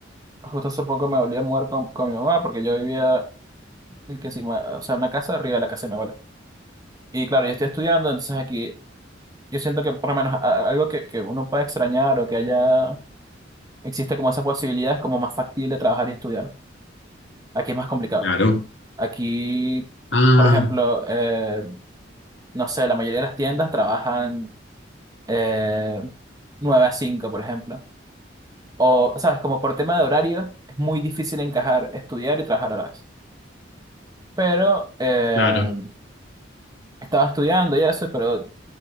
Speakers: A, on the right (about 20°); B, on the left (about 70°).
A: justo hace poco me volví a mudar con, con mi mamá porque yo vivía en que encima, o sea, una casa arriba de la casa de mi abuela. Y claro, yo estoy estudiando, entonces aquí yo siento que por lo menos a- algo que, que uno pueda extrañar o que haya, existe como esa posibilidad es como más factible trabajar y estudiar. Aquí es más complicado.
B: Claro.
A: Aquí,
B: Ah,
A: por ejemplo, eh, no sé, la mayoría de las tiendas trabajan eh, 9 a 5 por ejemplo. O, sabes, como por tema de horario, es muy difícil encajar estudiar y trabajar a la vez. Pero eh,
B: claro.
A: estaba estudiando y eso, pero